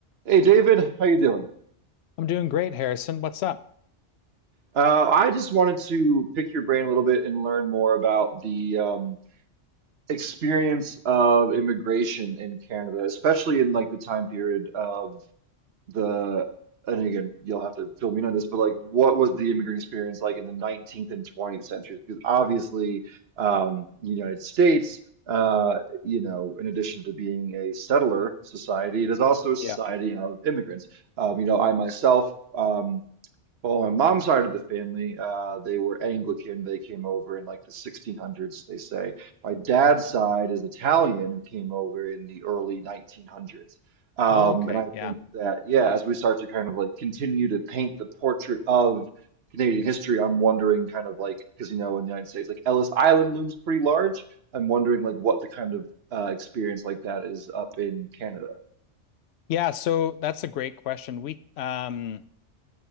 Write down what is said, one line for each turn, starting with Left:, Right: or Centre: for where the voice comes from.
Right: Hey David, how you doing?
Left: I'm doing great, Harrison. What's up?
Right: Uh, I just wanted to pick your brain a little bit and learn more about the um, experience of immigration in Canada, especially in like the time period of the, and again, you'll have to fill me in on this, but like what was the immigrant experience like in the 19th and 20th centuries? Because obviously, um, the United States, uh, you know, in addition to being a settler society, it is also a society
Left: Yeah.
Right: of immigrants. Um, you know, I myself. um, Well, on mom's side of the family, uh, they were Anglican. They came over in like the 1600s, they say. My dad's side is Italian, who came over in the early 1900s. Um,
Left: Oh, okay.
Right: and I think
Left: Yeah.
Right: that, yeah, as we start to kind of like continue to paint the portrait of Canadian history, I'm wondering kind of like, because you know, in the United States, like Ellis Island looms pretty large. I'm wondering like what the kind of uh, experience like that is up in Canada.
Left: Yeah, so that's a great question. We um